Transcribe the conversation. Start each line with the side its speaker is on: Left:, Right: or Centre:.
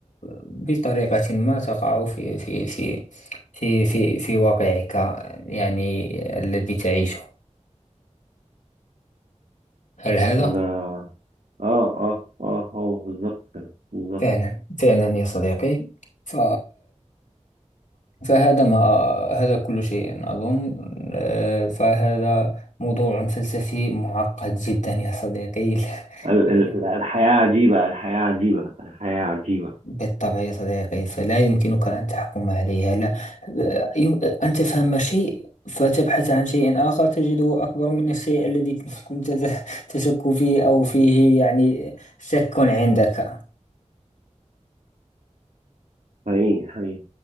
Left: بطريقة ما تقع في في في في في في واقعك يعني الذي تعيشه هل هذا؟
Right: ده اه اه اه هو بالظبط كده بالظبط
Left: فعلا فعلا يا صديقي ف... فهذا ما هذا كل شيء أظن آه، فهذا موضوع فلسفي معقد جدا يا صديقي <laughs>
Right: ال- ال- الحياة عجيبة الحياة عجيبة الحياة عجيبة
Left: بالطبع يا صديقي فلا يمكنك أن تحكم عليها لا آه، يم- أن تفهم شيء فتبحث عن شيء آخر تجده أكبر من الشيء الذي <laughs> كنت تشك فيه أو فيه يعني شك عندك
Right: حقيقي حقيقي